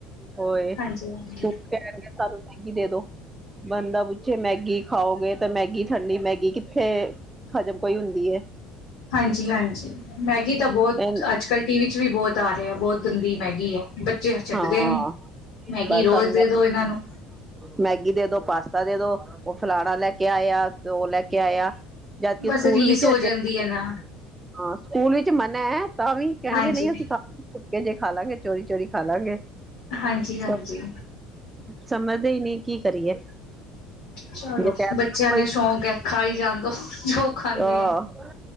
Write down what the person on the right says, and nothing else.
ਹੋਏ ਸੁਬਹ
ਉੱਠ ਕੇ ਕਹਿਣਗੇ, ਸਾਨੂੰ ਮੈਗੀ ਦੇ ਦੋ ਬੰਦਾ ਪੁੱਛੇ ਮੈਗੀ ਖਾਓਗੇ ਤਾਂ ਮੈਗੀ ਠੰਡੀ ਮੈਗੀ ਕਿੱਥੇ ਹਜਮ ਕੋਈ ਹੁੰਦੀ ਹੈ
ਤੇ
ਹਾਂ
ਬਸ
ਸਾਨੂੰ
ਮੈ
ਮੈਗੀ ਦੇ ਦੋ ਪਾਸਤਾ ਦੇ ਦੋ ਉਹ ਫਲਾਣਾ ਲੈ ਕੇ ਆਇਆ, ਤੇ ਉਹ ਲੈ ਕੇ ਆਇਆ ਜਦਕਿ
ਸਕੂਲ
ਵਿੱਚ
ਹਜੇ
ਹਾਂ, ਸਕੂਲ ਵਿੱਚ ਮਨਾ ਹੈ, ਤਾਂ ਵੀ ਕਹਿਣਗੇ
ਨਹੀਂ ਅਸੀਂ ਖਾ ਸੁਕੇ ਜੇ ਖਾ ਲਾਂਗੇ, ਚੋਰੀ-ਚੋਰੀ ਖਾ ਲਾਂਗੇ,
ਸ
ਸਮਝਦੇ ਹੀ ਨਹੀਂ, ਕੀ ਕਰੀਏ।
ਜੇ ਕਹਿ
ਦੋ
ਕੋਈ
ਆਹ,